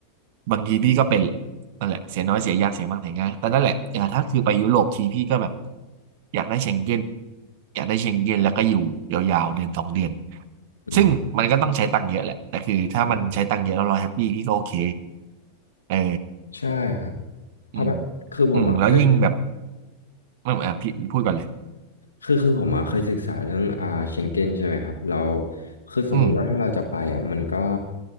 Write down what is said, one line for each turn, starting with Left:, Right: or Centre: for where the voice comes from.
Right: บางทีพี่ก็เป็นแหละนั่นแหละเสียน้อยเสียยากเสียมากเสียง่ายแต่นั่นแหละอ่าถ้าคือไปยุโรปทีพี่ก็แบบอยากได้เชงเก้นอยากได้เชงเก้นแล้วก็อยู่ยาวๆเดือนสองเดือน
Left: อืม
Right: ซึ่งมันก็ต้องใช้ตังค์เยอะแหละแต่คือถ้ามันใช้ตังค์เยอะแล้วเราแฮปปี้พี่ก็โอเค
Left: ใ
Right: เออ
Left: ช่ครับเพราะแบบคือผมอ่ะเคย
Right: อืมอืมแล้วยิ่งแบบอืมอ่ะพี่พูดก่อนเลย
Left: คือคือผมอะเคยศึกษาเรื่องอ่าเชงเก้นใช่ไหมครับเราคือสมมุติว่าถ้าเราจะไปอ่ะมันก็
Right: อืม